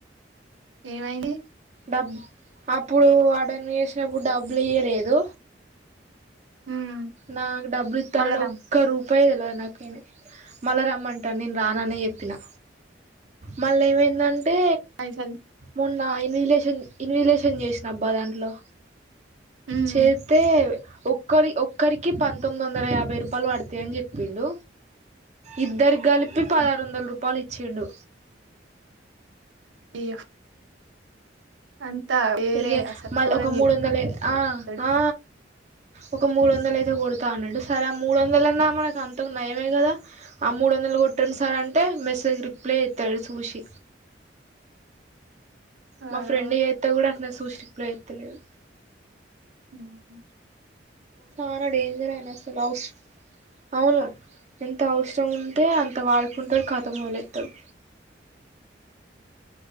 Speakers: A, on the right; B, on the right.
A: ఏమైంది
B: డబ్ అప్పుడు వార్డెన్ గా వేసినప్పుడు డబ్బులు ఇయలేదు
A: ఉమ్
B: నాకు డబ్బులు ఇతరుఅని
A: మళ్ళ రా
B: ఒక రూపాయి ఇవాళే, నాకే ఏమి మళ్ళా రమ్మంటా నేనురాననే చెప్పినా మళ్ళ ఏమైందంటే
A: పైసలు
B: మొన్న ఇన్విలేషన్ ఇన్విలేషన్ చేసిన అబ్బా దాంట్లో
A: ఉమ్
B: చేస్తే ఒక్కడి ఒక ఒకరికి పంతొమ్మిది వందల యాభై రూపాయలు పడతాయని చెప్పిండు. ఇద్దరు కలిపి పదహారు
A: ఆ
B: వందల రూపాయలు ఇచ్చేండు
A: అయ్యో అంతా వేరే
B: ఇక
A: అసలు
B: మళ
A: ఘోరం
B: ఒక మూడు వందల ఆ
A: చేస్తాడు
B: ఆ ఒక మూడు వందల అయితే కొడతా అన్నాడు. సరే ఆ మూడు వందలన్నా మనకు అంత నయమే కదా ఆ మూడు వందలు కొట్టండి సార్ అంటే మెసేజ్ రిప్లై ఇతలేదు చూసి
A: వాడు
B: మా ఫ్రెండ్ చేయితే కూడా అట్లనే చూసి రిప్లై ఇతలేడు
A: ఉమ్
B: చాలా డెంజర్ అయిన అవస అవును ఎంత అవసరం ఉంటే అంత వాడుకుంటడు. ఖతం వదిలేతడు